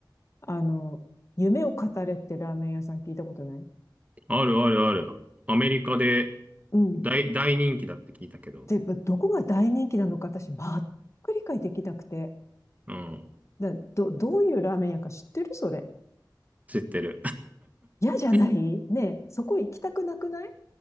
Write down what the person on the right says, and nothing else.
あるあるある。アメリカで
大、大人気だって聞いたけど。
うん。
知ってる。
<laughs>